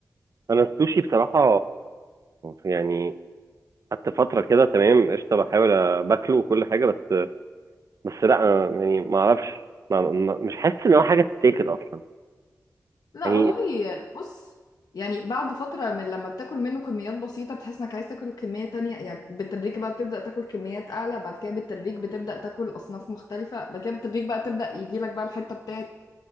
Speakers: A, on the right (about 60°); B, on the left (about 85°).
A: انا السوشي بصراحه يعني قعدت فتره كده تمام قشطه بحاول أ- باكله وكل حاجه بس بس لا أنا يعني ما اعرفش ما ما- مش حاسس ان هو حاجه تتاكل اصلا
B: لا
A: يعني
B: والله بص يعني بعد فترة من لما بتاكل منه كميات بسيطة بتحس انك عايز تاكل كمية تانية يعني بالتدريج بقى بتبدأ تاكل كميات أعلى بعد كده بالتدريج بتبدأ تاكل أصناف مختلفة بعد كده بالتدريج بقى تبدأ يجيلك بقى الحتة بتاعت